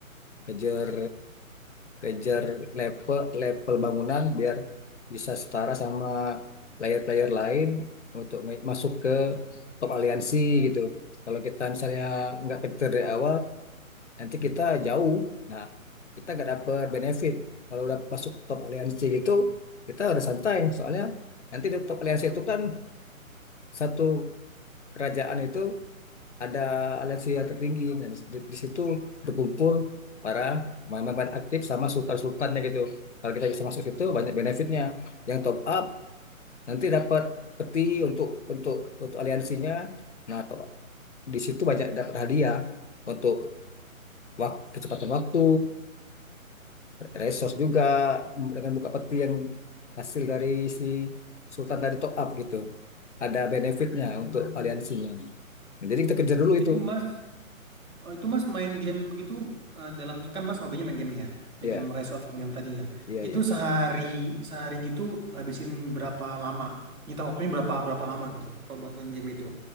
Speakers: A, on the left; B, on the right.
A: kejar kejar level level bangunan biar bisa setara sama player-player lain untuk me- masuk ke top aliansi gitu. Kalau kita misalnya nggak kejar dari awal, nanti kita jauh. Nah, kita nggak dapet benefit. Kalau udah masuk top aliansi gitu, kita udah santai. Soalnya nanti di top aliansi itu kan satu kerajaan itu ada aliansi yang tertinggi. Nah, di, di- di situ berkumpul para pemain aktif sama sultan-sultannya gitu. Kalau kita bisa masuk situ banyak benefitnya. Yang top up nanti dapat peti untuk untuk untuk aliansinya. Nah, to- di situ banyak dapat hadiah untuk waktu kecepatan waktu, resource juga dengan buka peti yang hasil dari si sultan dari top up gitu. Ada benefitnya
B: Hmm.
A: untuk aliansinya. Nah, jadi kita kejar dulu
B: Itu
A: itu.
B: Mas oh, itu Mas main game begitu eh, dalam kan Mas hobinya main game nih ya. Main
A: Iya,
B: game Rise of Kingdom tadi ya.
A: iya,
B: Itu
A: iya.
B: sehari sehari gitu ngabisin berapa lama? Nyita waktunya berapa berapa lama gitu kalau buat main game itu